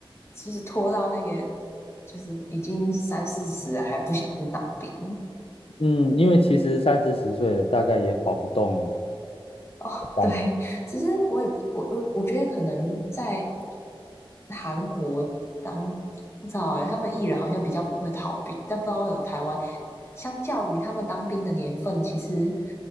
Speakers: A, on the left; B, on the left.
A: 就是拖到那个就是已经三四十了还不想去当兵。
B: 嗯，因为其实三四十岁了，大概也跑不动了
A: 哦，
B: 的感觉。
A: <laughs> 对，其实我也不我我我觉得可能在韩国当不知道哎，他们艺人好像比较不会逃避，但不知道有台湾，相较于他们当兵的年份，其实